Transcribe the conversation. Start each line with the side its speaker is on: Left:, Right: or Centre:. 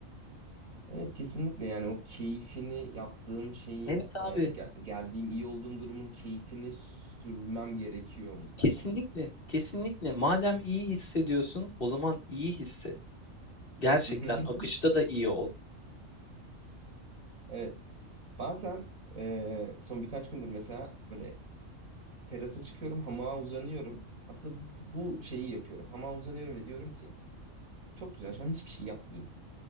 Right: Evet kesinlikle yani o keyfini yaptığım şeyin
Left: Evet abi,
Right: e, gel- geldiğim iyi olduğum durumun keyfini sürmem gerekiyor mutlaka.
Left: kesinlikle, kesinlikle. Madem iyi hissediyorsun, o zaman iyi hisset. Gerçekten
Right: <laughs>
Left: akışta da iyi ol.
Right: Evet bazen e, son birkaç gündür mesela böyle terasa çıkıyorum hamağa uzanıyorum. Aslında bu şeyi yapıyorum hamağa uzanıyorum ve diyorum ki çok güzel şu an hiçbir şey yapmayayım.